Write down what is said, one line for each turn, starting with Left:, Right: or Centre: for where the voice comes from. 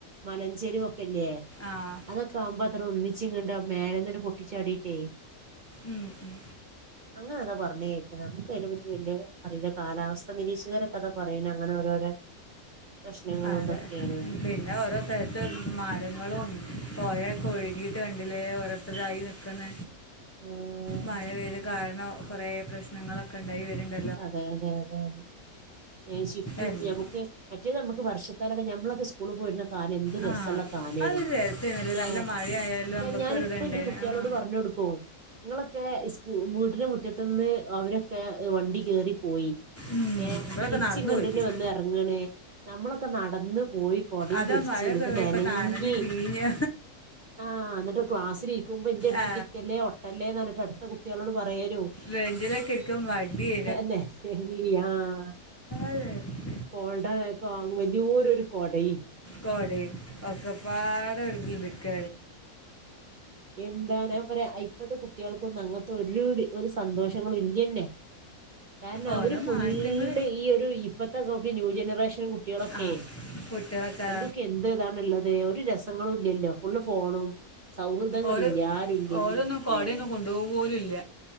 Right: മലഞ്ചെരുവൊക്കെല്ലേ?
Left: ആഹ്
Right: കാമ്പാത്രെ ഒന്നിച്ചിങ്ങ്ട് മേലന്ന്ങ്ട് പൊട്ടിച്ചാടീട്ടേയ്
Left: ഉം, ഉം.
Right: അങ്ങനെതാ പറഞ്ഞ് കേക്ക നക്ക്മ്മ അയിനെ പറ്റി വല്യേ അറിയില്ല കാലാവസ്ഥ നിരീക്ഷകര കഥ പറീണ് അങ്ങനോരോരെ പ്രശ്നങ്ങളൂതൊക്കെണ്ന്ന്.
Left: അതെ പിന്നെ ഓരോ സ്ഥലത്ത് മരങ്ങളും പോയൊക്കെ ഒഴുകീട്ട് കണ്ടില്ലേ ഓരോര്ത്തര്തായി നിക്കുന്ന.
Right: ആഹ്
Left: മഴ പെയ്ത് കാരണം കൊറേ പ്രശ്നങ്ങളൊക്കെ ഉണ്ടായി വരണ്ട
Right: അതെ അതെ അതെ അതെ ഷിഫ്റ്റും
Left: എന്ത്
Right: ഞമ്മക്ക് മറ്റേത് നമുക്ക് വർഷക്കാലൊക്കെ നമ്മളൊക്കെ സ് സ്കൂള് പോയിരുന്ന കാലെന്ത്
Left: ആ
Right: രസള്ള കാലേര്ന്ന്
Left: അതൊരു രസമായിരുന്നല്ലേ
Right: ല്ലേ?
Left: നല്ല മഴയായാലും നമുക്കൊരു
Right: ഞാനിപ്പ
Left: ഇതുണ്ടായിരുന്നു
Right: ന്റെ കുട്ട്യേളോട്
Left: ആ
Right: പറഞൊഞ് കൊടുക്കും ങ്ങ്ളൊക്കെ സ് വീട്ട്നു മുറ്റത്ത്ന്ന് അവരൊക്കെ വണ്ടി കേറി പോയി
Left: ഉം,
Right: ഏ
Left: ഇവിടെയൊക്കെ
Right: തിരിച്ച്ങ്ങ്ടെന്നെ
Left: നടന്നു പോയിക്കും
Right: വന്നെർർങ്ങ്ണേ നമ്മളൊക്കെ നടന്ന് പോയി കൊടേം
Left: അതാ
Right: പിടിച്ച്
Left: മഴയൊക്കെ
Right: ഞ്ഞിട്ട്
Left: കഴിക്കൊക്കെ
Right: നെനഞ്ഞ്
Left: നനഞ്ഞ് പിഴിഞ്ഞ്
Right: ആ ന്നിട്ട് ക്ലാസ്സിലിരിക്കുമ്പോ ന്റെ അടുത്ത്ക്ക്
Left: ആ,
Right: ഇരിക്കല്ലേ ഒട്ടല്ലേന്നറിട്ട് അടുത്ത കുട്യളോട് പറയലും
Left: വെഞ്ചിലൊക്കെരിക്കാം മട്യേ
Right: അന്നെ ആ <unintelligible>
Left: അല്ലേ
Right: <unintelligible> കോടയൊക്കെ വാങ്ങും വല്യേരു രു കോടീം
Left: കോടീം ഒക്കപ്പാടെരു വെറതി <unintelligible> മിക്ക
Right: എന്താണ് ഞാ പറയാ ഇപ്പത്തെ കട്യേൾക്കൊന്നും അങ്ങൻത്തെ ഒരു ഒരു സന്തോഷങ്ങളും ഇല്ലന്നെ കാരണം
Left: ഓരോ
Right: അവര് ഫുള്ള്
Left: മാറ്റങ്ങൾ
Right: ഈ ഒരു ഇപ്പത്തെ നോക്കി ന്യൂ ജനറേഷൻ- കുട്യേളൊക്കെ
Left: ആ കുട്ടികളൊക്കെ
Right: അവർക്കൊക്കെ എ ന്ത് താണ്ള്ളത് ഒരു രസങ്ങളു ല്ലല്ലോ ഫുള്ള് ഫോണും സൗഹൃ ങ്ങളില്ലാ
Left: ഓരോ
Right: ആരുല്ല ഇങ്ങനെ
Left: ഓരോന്നും കുടയൊന്നും കൊണ്ടുപോകും ഇല്ല